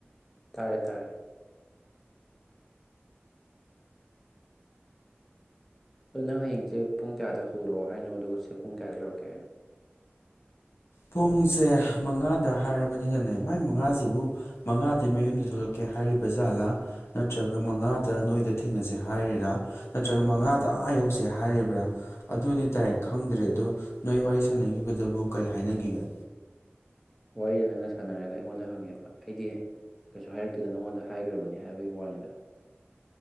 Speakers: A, in the centre; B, on the left.
A: ꯇꯥꯔꯦ ꯇꯥꯔꯦ ꯑꯗꯨ ꯅꯪ ꯍꯌꯦꯡꯁꯦ ꯄꯨꯡ ꯀꯌꯥꯗ ꯍꯧꯗꯣꯛꯂꯛꯑꯣ ꯍꯥꯏꯅꯣ ꯑꯗꯨꯒ ꯁꯦ ꯄꯨꯡ ꯀꯌꯥꯗ ꯌꯧꯔꯛꯀꯦ ꯍꯥꯏꯅꯣ
B: ꯄꯨꯡꯁꯦ ꯃꯉꯥꯗ ꯍꯥꯏꯔꯕꯅꯤꯅꯅꯦ ꯃꯥꯏ ꯃꯉꯥꯁꯤꯕꯨ ꯃꯉꯥꯗꯩ ꯃꯌꯨꯝꯗꯩ ꯊꯣꯛꯂꯛꯀꯦ ꯍꯥꯏꯔꯤꯕ ꯖꯥꯠꯂꯥ ꯅꯠꯇ꯭ꯔꯒ ꯃꯉꯥꯗ ꯅꯣꯏꯗ ꯊꯦꯡꯅꯁꯦ ꯍꯥꯏꯔꯤꯔꯥ ꯅꯠꯇ꯭ꯔꯒ ꯃꯉꯥꯗ ꯑꯥ ꯌꯧꯁꯦ ꯍꯥꯏꯔꯤꯕ꯭ꯔꯥ ꯑꯗꯨꯗꯤ ꯗꯥꯏꯔꯦꯛ ꯈꯪꯗ꯭ꯔꯦ ꯑꯗꯣ ꯅꯣꯏ ꯋꯥꯔꯤ ꯁꯥꯟꯅꯈꯤꯕꯗꯨꯕꯨ ꯀꯩ ꯍꯥꯏꯅꯒꯤꯒꯦ
A: ꯋꯥꯔꯤꯅ ꯅꯪꯅ ꯁꯥꯟꯅꯔꯒ ꯑꯩꯉꯣꯟꯗ ꯍꯪꯉꯦꯕ ꯑꯩꯗꯤ ꯀꯩꯁꯨ ꯍꯥꯏꯔꯛꯇꯦꯅ ꯅꯪꯉꯣꯟꯗ ꯍꯥꯏꯈ꯭ꯔꯕꯅꯤ ꯍꯥꯏꯕꯒꯤ ꯋꯥꯅꯤꯗ